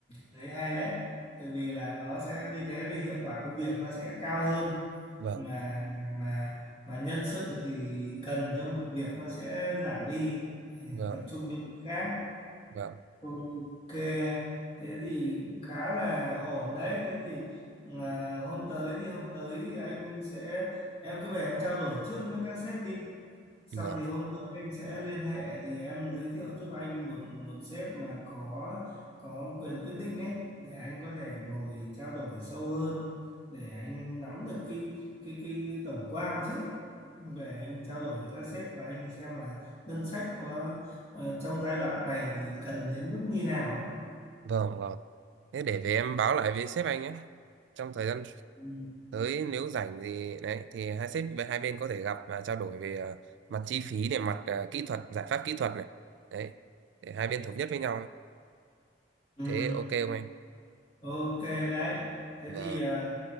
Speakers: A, on the left; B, on the right.
A: thế hay đấy. Tại vì là nó sẽ như thế thì hiệu quả công việc nó sẽ cao hơn
B: vâng
A: mà mà mà nhân sự thì cần cho một việc nó sẽ giảm đi để
B: vâng
A: tập trung cho việc khác
B: vâng
A: ok thế thì khá là ổn đấy thế thì à, hôm tới thì hôm tới anh sẽ em cứ về em trao đổi trước với các sếp đi xong
B: vâng
A: thì hôm tới anh sẽ liên hệ thì em giới thiệu giúp anh một một sếp mà có có quyền quyết định ấy để anh có thể ngồi trao đổi sâu hơn để anh nắm được cái cái cái tổng quan trước về anh trao đổi với các sếp của anh xem là ngân sách có ờ, trong giai đoạn này thì cần đến mức như nào ấy
B: vâng vâng thế để về em báo lại với sếp anh nhé trong thời gian
A: ừ.
B: tới nếu rảnh gì đấy thì hai sếp hai bên có thể gặp và trao đổi về ờ, mặt chi phí để mặt ờ, kỹ thuật giải pháp kỹ thuật này đấy để hai bên thống nhất với nhau
A: Ừ.
B: thế ok không anh
A: Ok đấy. Thế
B: vâng
A: thì à,